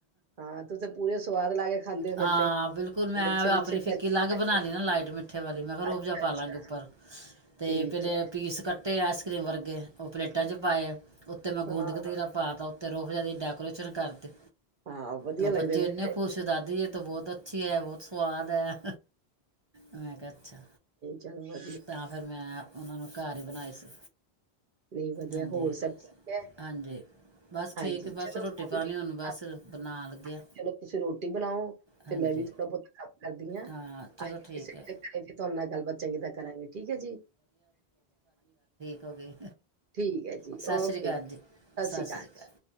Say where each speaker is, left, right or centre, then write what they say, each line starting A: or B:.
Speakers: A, on the right; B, on the right.
A: ਹਾਂ ਤੁਸੀਂ ਪੂਰੇ ਸਵਾਦ ਲਾ ਕੇ ਖਾਂਦੇ ਹੋ ਫਿਰ
B: ਹਾਂ
A: ਤੇ
B: ਬਿਲਕੁਲ ਮੈਂ
A: ਲੱਛੇ-ਲੁੱਛੇ
B: ਆਪਣੀ
A: ਘਰੇ
B: ਫਿੱਕੀ ਅਲਗ ਬਣਾ
A: ਕੇ
B: ਲਈ ਨਾ ਲਾਈਟ ਮਿੱਠ ਮਿੱਠੇ ਵਾਲੀ ਮੈਂ ਕਿਹਾ ਰੋਬਜਾ
A: ਅੱਛਾ-ਅੱਛਾ
B: ਪਾ ਲਵਾਂਗੇ ਉੱਪਰ ਅਤੇ
A: ਠੀਕ
B: ਪਹਿਲੇ
A: ਐ
B: ਪੀਸ ਕੱਟੇ ਆਈਸ ਕਰ੍ਰੀਮ ਵਰਗੇ। ਉਹ ਪਲੇਟਾਂ ਪਾਏ, ਉੱਤੇ ਮੈਂ
A: ਹਾਂ,
B: ਗੂੰਦ ਕਤੀਰਾ ਪਾ ਤਾ ਉੱਤੇ ਰੋਹਫਜਾ ਦੀ ਡੈਕੋਰੇਸ਼ਨ ਕਰਤੀ।
A: ਹਾਂ ਵਧੀਆ
B: ਤੇ
A: ਲੱਗਦੇ
B: ਬੱਚੇ
A: ਹੋਣੇ
B: ਇੰਨੇ
A: ਫੇਰ
B: ਖੁਸ਼ ਦਾਦੀ ਇਹ ਤਾਂ ਬਹੁਤ ਅੱਛੀ ਹੈ, ਬਹੁਤ ਸਵਾਦ ਹੈ ਮੈਂ ਕਿਹਾ ਅੱਛਾ।
A: ਜਨਵਰੀ
B: ਤਾਂ ਫਿਰ ਮੈਂ ਉਹਨਾਂ ਨੂੰ ਘਰ ਹੀ ਬਣਾਈ ਸੀ।
A: ਨਹੀਂ ਵਧੀਆ
B: ਹਾਂਜੀ
A: ਹੋਰ ਸਭ ਠੀਕ ਹੈ।
B: ਹਾਂਜੀ ਬਸ ਠੀਕ
A: ਹਾਂਜੀ
B: ਹੈ, ਬਸ
A: ਚਲੋ
B: ਰੋਟੀ
A: ਕੋਈ
B: ਪਾਣੀ
A: ਨੀ
B: ਹੁਣ
A: <inaudible>
B: ਬਸ ਬਣਾ ਲੱਗੇ ਹਾਂ
A: ਚਲੋ ਤੁਸੀਂ ਰੋਟੀ ਬਣਾਓ।
B: ਹਾਂਜੀ
A: ਤੇ ਮੈਂ ਵੀ ਥੋੜਾ ਬਹੁਤਾ ਕੰਮ ਕਰਦੀ ਆ <inaudible>
B: ਹਾਂ ਚਲੋ ਠੀਕ
A: ਤੁਹਾਡੇ
B: ਹੈ
A: ਨਾਲ ਗੱਲਬਾਤ ਚੰਗੀ ਤਰ੍ਹਾਂ ਕਰਾਂਗੇ ਠੀਕ ਹੈ ਜੀ।
B: ਕੋ ਗੀ
A: ਠੀਕ ਐ ਜੀ
B: ਸਸ
A: ਓਕੇ
B: ਸ੍ਰੀ ਕਾਲ ਜੀ,
A: ਸਤਿ
B: ਸਸ
A: ਸ਼੍ਰੀ ਅਕਾਲ
B: ਸ੍ਰੀ
A: ਜੀ।
B: ਕਾਲ।